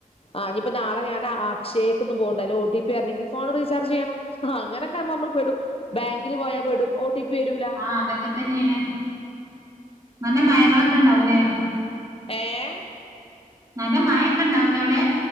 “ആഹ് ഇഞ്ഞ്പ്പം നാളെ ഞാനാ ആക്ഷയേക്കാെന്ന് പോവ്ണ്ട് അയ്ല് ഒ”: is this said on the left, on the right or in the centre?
Left